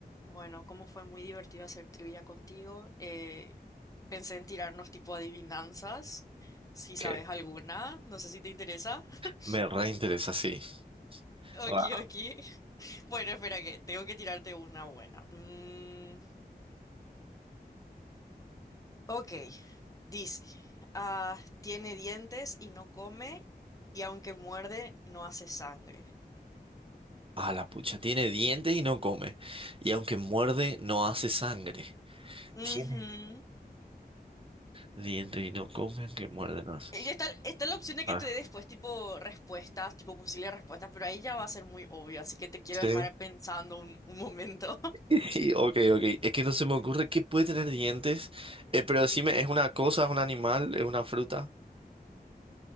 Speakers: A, on the left (about 20°); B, on the right (about 35°).
A: Bueno, como fue muy divertido hacer trivia contigo, eh, pensé en tirarnos tipo adivinanzas, si sabes
B: que
A: alguna, no sé si te interesa. <laughs>
B: me reinteresa, sí.
A: Ok,
B: A,
A: ok. Bueno, espera que tengo que tirarte una buena. Mm, ok, dice, ah, tiene dientes y no come, y aunque muerde, no hace sangre.
B: a- la pucha, tiene dientes y no come. Y aunque muerde, no hace sangre.
A: Ujú.
B: Tiene dientes y no come, aunque muerde, no hace.
A: Y
B: s-
A: está, está la opción de
B: Ah,
A: que te dé después tipo respuestas, tipo posibles respuestas, pero ahí ya va a ser muy obvio, así que te quiero
B: sí.
A: dejar pensando un, un momento.
B: <laughs> Y, Ok, ok. Es que no se me ocurre qué puede tener dientes. Eh, pero decime, ¿es una cosa, es un animal, es una fruta?